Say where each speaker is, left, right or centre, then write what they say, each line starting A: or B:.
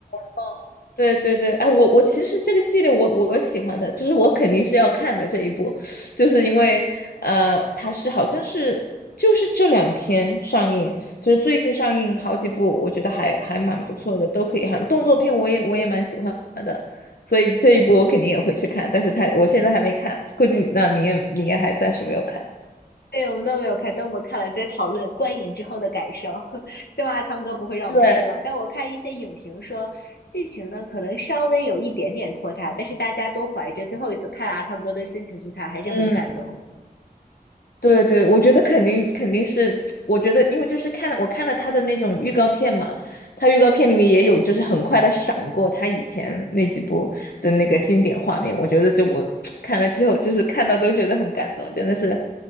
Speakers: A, on the left; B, on the left.
A: 哦，对对对，哎，我我其实这个系列我我喜欢的，就是我肯定是要看的这一部，就是因为呃，它是好像是就是这两天上映，就是最近上映好几部，我觉得还还蛮不错的，都可以看。动作片我也我也蛮喜欢的，所以这一部我肯定也会去看，但是它我现在还没看，估计那你也你也还暂时没有看。
B: 对，我们都没有看，等我们看了再讨论观影之后的感受。<laughs> 希望阿汤哥不会让我们失望。
A: 对，
B: 但我看一些影评说，剧情呢可能稍微有一点点拖沓，但是大家都怀着最后一次看阿汤哥的心情去看，还是很感动。
A: 嗯。对对，我觉得肯定肯定是，我觉得因为就是看我看了他的那种预告片嘛，他预告片里面也有就是很快的闪过他以前那几部的那个经典画面，我觉得就我 <tsk> 看了之后就是看到都觉得很感动，真的是